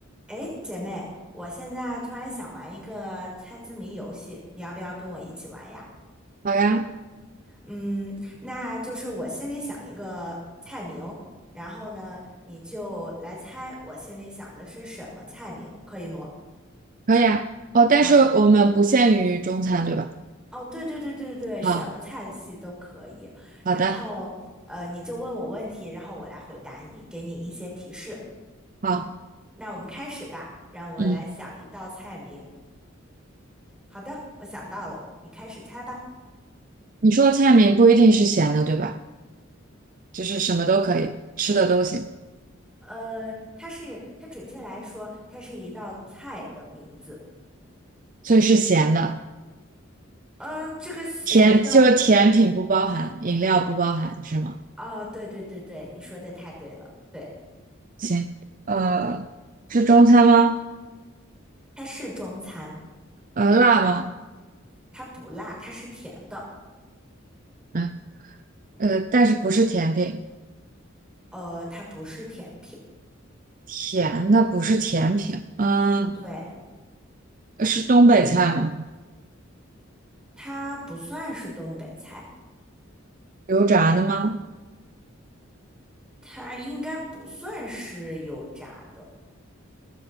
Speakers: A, in the centre; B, on the right.
A: 诶，姐妹，我现在突然想玩一个猜字谜游戏，你要不要跟我一起玩呀？
B: 好呀，
A: 嗯，那就是我心里想一个菜名，然后呢，你就来猜我心里想的是什么菜名，可以吗？
B: 可以啊。哦，但是我们不限于中餐，
A: 然后，
B: 对吧？
A: 哦，对对对对对，什么菜系都可以。
B: 好，好的，
A: 然后，呃，你就问我问题，然后我来回答你，给你一些提示。
B: 好，
A: 嗯，那我们开始吧，让我来想一道菜名。
B: 嗯，
A: 好的，我想到了，你开始猜吧。
B: 你说的菜名不一定是咸的，对吧？就是什么都可以，吃的都行，
A: 呃，它是它准确来说，它是一道菜的名字。
B: 所以是咸的。
A: 嗯，这个咸的，
B: 甜，就是甜品不包含，饮料不包含，是吗？
A: 哦，对对对对，你说的太对了，对，
B: 行，呃，是中餐吗？
A: 它是中餐，
B: 呃，辣吗？
A: 它不辣，它是甜的，
B: 嗯，呃，但是不是甜品，
A: 呃，它不是甜品，
B: 甜的不是甜品。嗯，
A: 对，
B: 是东北菜吗？
A: 它不算是东北菜，
B: 油炸的吗？
A: 它应该不算是油炸的，